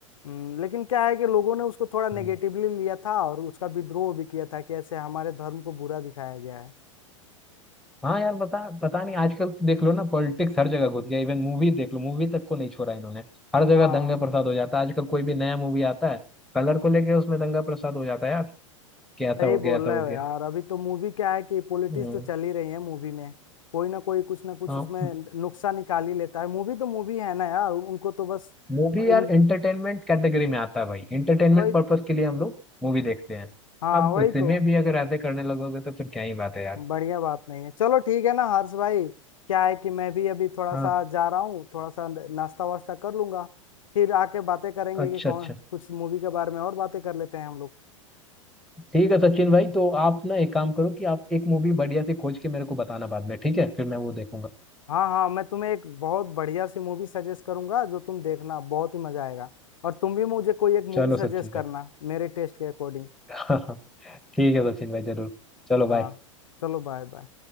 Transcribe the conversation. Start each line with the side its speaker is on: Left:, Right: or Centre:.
Left: हम्म, लेकिन क्या है कि लोगों ने उसको थोड़ा नेगेटिवली
Centre: हम्म।
Left: लिया था और उसका विद्रोह भी किया था कि ऐसे हमारे धर्म को बुरा दिखाया गया है
Centre: हाँ यार पता पता नहीं आजकल तो देख लो ना पॉलिटिक्स हर जगह घुस गया इवन मूवी देख लो मूवी तक को नहीं छोड़ा इन्होंने हर जगह
Left: हाँ
Centre: दंगा प्रसाद हो जाता है आजकल कोई भी नया मूवी आता है कलर को लेके उसमें दंगा प्रसाद हो जाता है यार कि ऐसा
Left: सही
Centre: हो
Left: बोल
Centre: गया ऐसा हो
Left: रहे हो
Centre: गया
Left: यार अभी तो मूवी क्या है कि पॉलिटिक्स
Centre: हम्म,
Left: तो चल ही रही है मूवी में कोई ना कोई कुछ ना कुछ
Centre: हाँ
Left: उसमें नुक्सा निकाल ही लेता है मूवी तो मूवी है ना यार उनको तो बस
Centre: मूवी
Left: इन
Centre: यार एंटरटेनमेंट कैटेगरी में आता है भाई एंटरटेनमेंट
Left: वही
Centre: पर्पस के लिए हम लोग मूवी देखते हैं
Left: हाँ
Centre: अब
Left: वही
Centre: उसमें
Left: तो
Centre: भी अगर ऐसे करने लगोगे तो फिर क्या ही बात है यार
Left: बढ़िया बात नहीं है चलो ठीक है ना हर्ष भाई क्या है कि मैं भी अभी थोड़ा
Centre: हाँ
Left: सा जा रहा हूँ थोड़ा सा नाश्ता वास्ता कर लूंगा फिर आके बातें करेंगे
Centre: अच्छा
Left: कि कौन
Centre: अच्छा
Left: कुछ मूवी के बारे में और बातें कर लेते हैं हम लोग
Centre: ठीक है सचिन भाई तो आप ना एक काम करो कि आप एक मूवी बढ़िया से खोज के मेरे को बताना बाद में ठीक है फिर मैं वो देखूंगा
Left: हाँ हाँ मैं तुम्हें एक बहुत बढ़िया सी मूवी सजेस्ट करूंगा जो तुम देखना बहुत ही मजा आएगा और तुम भी मुझे कोई एक
Centre: चलो
Left: मूवी सजेस्ट
Centre: सचिन
Left: करना
Centre: भाई
Left: मेरे टेस्ट के अकॉर्डिंग
Centre: <laughs> ठीक है सचिन भाई जरूर चलो बाय
Left: हाँ चलो बाय बाय